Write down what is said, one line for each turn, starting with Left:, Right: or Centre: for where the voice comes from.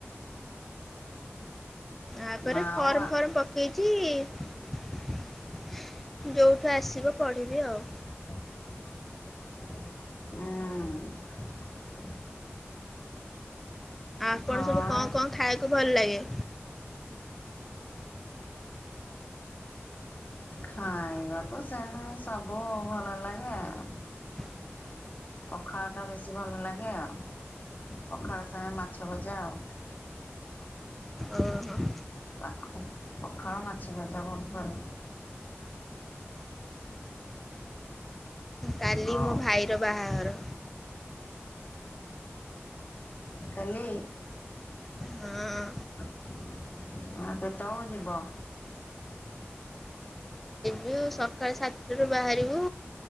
Centre: ଆପରେ
Left: ଆଉ
Centre: ଫର୍ମ
Left: ଆ
Centre: ଫର୍ମ ପ କେଇଚି ଯୋଉଠୁ ଆସିବ ପଢିବି ଆଉ।
Left: ଆଁ।
Centre: ଆପଣ
Left: ହଁ
Centre: ସବୁ କଁ କଁ ଖାଇଆକୁ ଭଲ ଲାଗେ?
Left: ଖାଇବାକୁ ସେମ ସବୁ ଭଲ ଲାଗେ ଆଉ।
Centre: ହ।
Left: ପଖାଳଟା ବେଶୀ ଭଲ ଲାଗେ ଆଉ। ପଖାଳ ସାଙ୍ଗେ ମାଛଭଜା ଆଉ।
Centre: ଓ ହୋ।
Left: ପାଖ ପଖାଳ ମାଛ ଭଜା ବହୁତ୍ ଭଲ।
Centre: କାଲି
Left: ହଉ
Centre: ମୋ ଭାଇର ବାହାଘର।
Left: କାଲି?
Centre: ହଁ
Left: ଆ କେତେବେଳୁ ଯିବ?
Centre: ଯିବୁ ସକାଳ ସାତଟାରୁ ବାହାରିବୁ